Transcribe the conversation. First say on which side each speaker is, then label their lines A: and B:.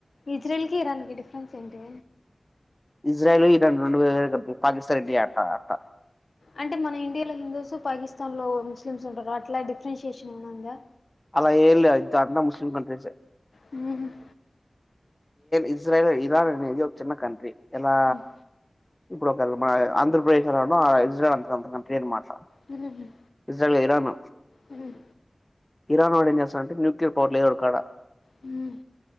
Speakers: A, on the left (about 80°); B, on the left (about 20°).
A: ఇజ్రైల్కి ఇరన్ డిఫరెన్స్ ఏంటి
B: ఇజ్రాయెల్ ఇరాన్ రోండు వేరే వేరే కంట్రీ పాకిస్తాన్ ఇండియా ఎట్ట అట్ట
A: అంటే మన ఇండియాలో హిందూస్ పాకిస్తాన్ లో ముస్లిమ్స్ ఉంటారు కా అట్లా డిఫరెన్షిఏషన్ ఏమైనా ఉందా
B: అలా ఏమ్ లేదూ అంతా ముస్లిం కంట్రీసే
A: ఉ
B: ఇజ్రాయల్ ఇరాన్ అనేది ఒక చిన్న కంట్రీ ఎలా
A: హ్మ్,
B: ఇప్పుడు మన ఒక ఆంధ్రప్రదేశ్ ఎలానో ఇజ్రాయిల్ అ కంట్రీ అనమాట
A: hmm,
B: Israel Iran
A: hmm,
B: Iran వాడు ఏం చేస్తారంటే న్యూక్లియర్ పవర్ లేదు వాడి కాడ
A: హ్మ్.